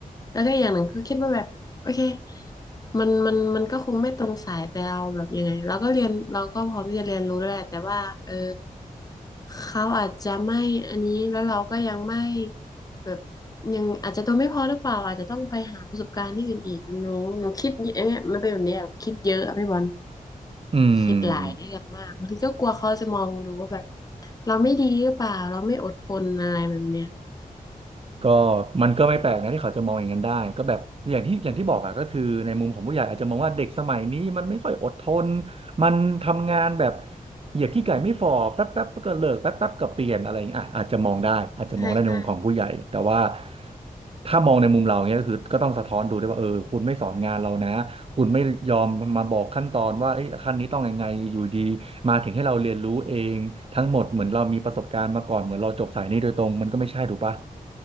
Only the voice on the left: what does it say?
แล้วก็อย่างหนึ่งก็คิดว่าแบบโอเคมันมันมันก็คงไม่ตรงสายแต่เราแบบยังไงเราก็เรียนเราก็พร้อมที่จะเรียนรู้แล้วแหละแต่ว่าเออเขาอาจจะไม่อันนี้แล้วเราก็ยังไม่แบบยังอาจจะตัวไม่พอหรือเปล่าอาจจะต้องไปหาประสบการณ์ที่อื่นอีกหนูหนูคิดเยอะเนี่ยมันเป็นแบบเนี้ยคิดเยอะอะพี่บอล
คิดหลายเรื่องมากบางทีก็กลัวเขาจะมองดูว่าแบบเราไม่ดีหรือเปล่าเราไม่อดทนอะไรแบบเนี้ย
ใช่ใช่